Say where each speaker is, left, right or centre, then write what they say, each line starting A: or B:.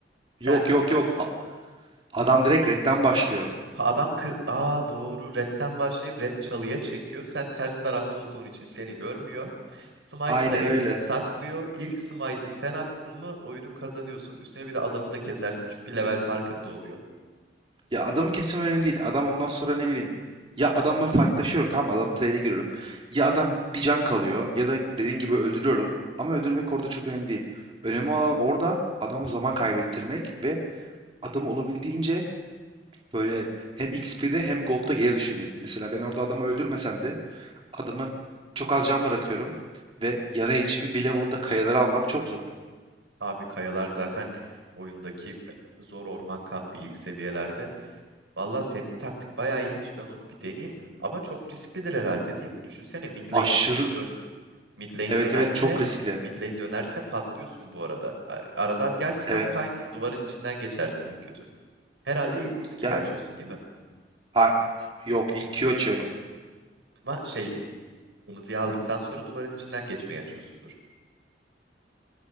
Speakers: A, on the right; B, on the right.
A: sen
B: Yok yok
A: gidiyorsun
B: yok. A- Adam direkt redden başlıyor.
A: Ha, adam kır... Aa doğru. Red'den başlayıp Red çalıya çekiyor. Sen ters tarafta olduğun için seni görmüyor. Smite'ı
B: Aynen
A: da elinde
B: öyle.
A: saklıyor. İlk Smite'ı sen attın mı oyunu kazanıyorsun. Üstüne bir de adamı da kesersin çünkü level farkında oluyor.
B: Ya adamı kesmem önemli değil. Adam ondan sonra ne bileyim. Ya adamla fightlaşıyorum tamam mı? Adamla trade'e giriyorum. Ya adam bir can kalıyor ya da dediğin gibi öldürüyorum. Ama öldürmek orada çok önemli değil. Önemli olan orada adama zaman kaybettirmek ve adamı olabildiğince böyle hem XP'de hem Gold'da geri düşürmek. Mesela ben orada adamı öldürmesem de adamı çok az can bırakıyorum ve yarı HP bir level'da kayaları almak çok zor.
A: Abi kayalar zaten oyundaki zor orman kampı ilk seviyelerde. Valla senin taktik bayağı iyiymiş. Ben onu bir deneyeyim. Ama çok risklidir herhalde değil mi? Düşünsene mid lane
B: Aşırı
A: bir, bir döndü. Mid lane
B: evet
A: dönerse
B: evet çok riskli.
A: mid lane dönerse patlıyorsun bu arada. A- Aradan gerçi sen
B: Evet.
A: Kaynsın duvarın içinden geçersin en kötü. Herhalde ilk o skill'i
B: Yani
A: açıyorsun değil mi?
B: a- yok ilk Q açıyorum.
A: Ama şey kırmızıyı aldıktan sonra duvarın içinden geçmeyi açıyorsundur.